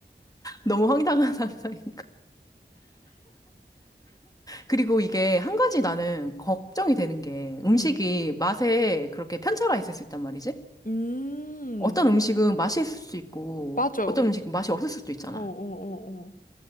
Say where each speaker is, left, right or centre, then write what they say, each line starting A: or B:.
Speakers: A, on the left (about 20°); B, on the left (about 45°).
A: 너무 황당한 <laughs> 상상이. 그리고 이게 한 가지 나는 걱정이 되는 게 음식이
B: 응.
A: 맛에 그렇게 편차가 있을 수 있단 말이지?
B: 음,
A: 어떤 음식은 맛이 있을 수 있고
B: 맞아.
A: 어떤
B: 어,
A: 음식은 맛이 없을 수도 있잖아.
B: 어, 어, 어.